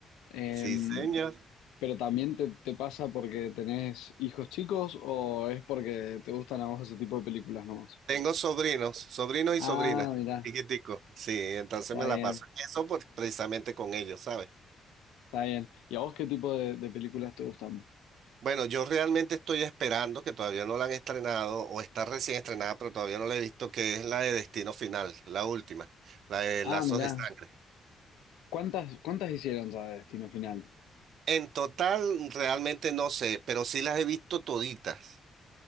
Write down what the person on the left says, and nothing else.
Em,
Pero también te, te pasa porque tenés hijos chicos o es porque te gustan a vos ese tipo de películas nomás.
Ah,
mirá,
está
bien,
está bien. ¿Y a vos qué tipo de, de películas te gustan?
Ah,
mirá,
¿cuántas, cuántas hicieron ya de Destino Final?